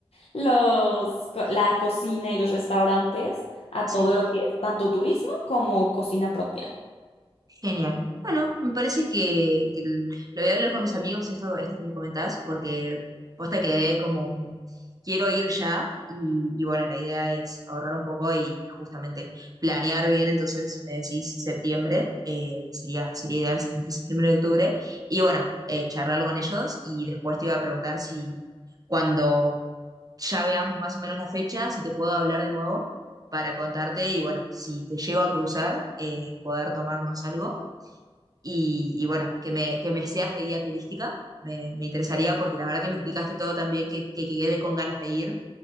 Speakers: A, on the left; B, on the right.
A: los- co- la cocina y los restaurantes a
B: sí.
A: todo lo que es tanto turismo como cocina propia.
B: Genial. Bueno, me parece que, que l- lo voy a hablar con mis amigos, esto, esto que me comentás, porque posta quedé como un- quiero ir ya y, y bueno, la idea es ahorrar un poco y justamente planear bien, entonces me decís septiembre, eh, sería, sería ideal entre septiembre y octubre, y bueno, eh, charlarlo con ellos y después te iba a preguntar si cuando ya veamos más o menos la fecha, si te puedo hablar de nuevo para contarte y bueno, si te llego a cruzar, eh, poder tomarnos algo y, y bueno, que me, que me seas de guía turística, me, me interesaría porque la verdad que me explicaste todo también, que, que, que quedé con ganas de ir